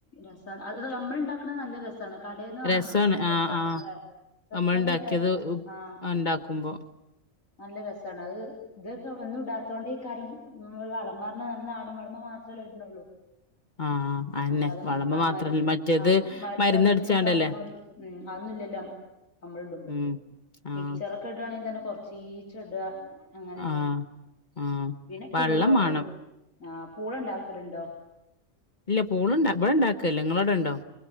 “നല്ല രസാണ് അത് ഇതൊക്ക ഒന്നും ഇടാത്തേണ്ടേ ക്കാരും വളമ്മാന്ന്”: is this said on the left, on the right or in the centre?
Left